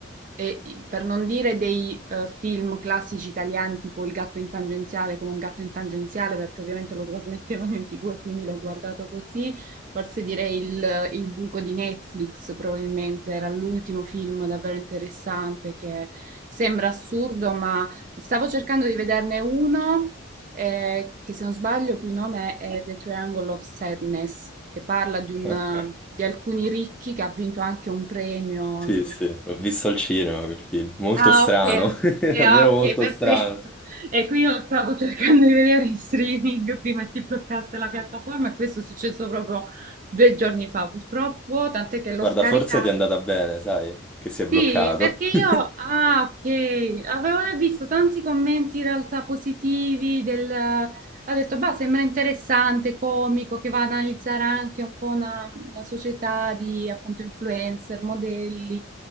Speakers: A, on the right (about 40°); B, in the centre.
A: e, per non dire dei eh, film classici italiani tipo Il gatto in tangenziale come un gatto in tangenziale perché ovviamente lo trasmettevano in TV e quindi l'ho guardato così forse direi il, il buco di Netflix, probabilmente era l'ultimo film davvero interessante che sembra assurdo, ma stavo cercando di vederne uno eh, che se non sbaglio, cui nome è The Triangle of Sadness, che parla di, un,
B: <laughs>
A: Eh, di alcuni ricchi che ha vinto anche un premio, non
B: Sì, sì,
A: so,
B: l'ho visto al cinema quel film. Molto
A: Ah,
B: strano,
A: ok.
B: <laughs>
A: Eh,
B: davvero
A: ah,
B: molto
A: ok, perfetto.
B: strano.
A: E qui io lo stavo cercando di vedere in streaming prima si bloccasse la piattaforma e questo è successo proprio due giorni fa, purtroppo, tant'è che l'ho
B: Guarda,
A: Ma scaricato
B: forse ti è andata bene, sai, che si è
A: sì,
B: bloccato.
A: perché
B: <laughs>
A: io, ah, ok, avevo visto tanti commenti in realtà positivi del, ha detto, bah, sembra interessante, comico, che va ad analizzare anche un po' una, una società di appunto influencer, modelli.